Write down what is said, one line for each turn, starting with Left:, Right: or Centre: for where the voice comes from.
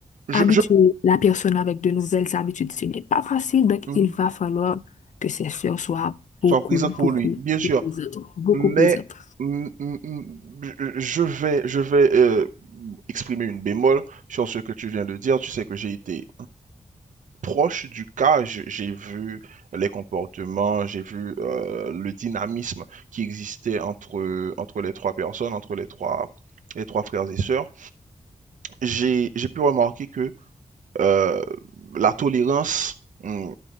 Right: Je,
Left: habituer
Right: je,
Left: la personne avec de nouvelles habitudes, ce n'est pas facile. Donc,
Right: mhm.
Left: il va falloir que ses sœurs soient
Right: Sois
Left: beaucoup,
Right: présente pour
Left: beaucoup,
Right: lui, bien sûr.
Left: beaucoup présentes. Beaucoup
Right: Mais
Left: présentes.
Right: mm, mm, mm, je vais, je vais euh, exprimer une bémol sur ce que tu viens de dire. Tu sais que j'ai été proche du cas, je- j'ai vu les comportements, j'ai vu euh, le dynamisme qui existait entre, entre les trois personnes, entre les trois, les trois frères et sœurs. J'ai, j'ai pu remarquer que euh, la tolérance mm,